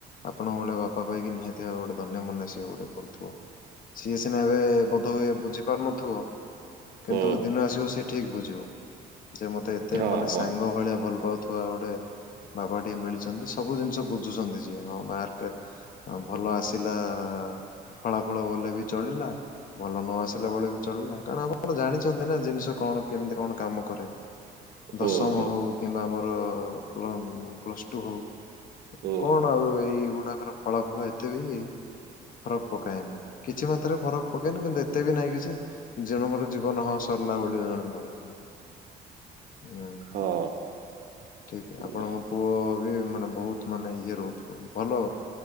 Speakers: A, on the left (about 55°); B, on the right (about 65°).
A: ଆପଣଙ୍କ ଭଳିଆ ବାପା ପାଇକି ନିହାତି ଭାବେ ଗୋଟେ ଧନ୍ୟ ମନେ ସିଏ ଗୋଟେ କରୁଥିବ। ସିଏ ସିନା ଏବେ ବୋଧ ହୁଏ ବୁଝିପାରୁନଥିବ କିନ୍ତୁ
B: ହୁଁ
A: ଦିନ ଆସିବ ସେ ଠିକ ବୁଝିବ ଯେ ମ ମତେ ଏତେ
B: ହଁ
A: ମାନେ
B: ହଁ
A: ସାଙ୍ଗ ଭଳିଆ ଭଲ ପାଉଥିବା ଗୋଟେ ବାପା ଟେ ମିଳି ଚନ୍ତି ସବୁ ଜିନିଷ ବୁଝୁଚନ୍ତି ଯିଏ ହଁ ମାର୍କ ଭଲ ଆସିଲା। ଫଳାଫଳ ଗଲେ ବି ଚଳିଲା। ଭଲ ନ ଆସିଲା ବେଳେ ବି ଚଳିଲା କାରଣ ଆପଣ ତ ଜାଣିଚନ୍ତି ନା ଜିନିଷ କଣ କେମିତି କଣ କାମ କରେ।
B: ହୁଁ
A: ଦଶମ
B: ହୁଁ
A: ହଉ କିମ୍ବା ଆମର ପ୍ଲମ୍ ଟୁ ହୋଉ
B: ହୁଁ
A: କଣ ଆଉ ଏଇ ଗୁଡାକର ଫଳାଫଳ ଏତେବି ଫରକ୍ ପକାଏନି କିଛି ମାତ୍ରାରେ ଫରକ୍ ପକାଏନି କିନ୍ତୁ ଏତେ ବି ନାହିଁ କି ଯେ ଜଣଙ୍କର ଜୀବନ ହଁ ସରିଲା ବୋଲି ଜଣେ ଭାବିଦବ। ଉଁହୁଁ
B: ହଁ
A: ଠିକ୍ ଆପଣଙ୍କ
B: ନାଇଁ
A: ପୁଅ ବି ମାନେ ବୋହୁତ ମାନେ ଇଏ ରୋହୁଥୁବ ଭଲ।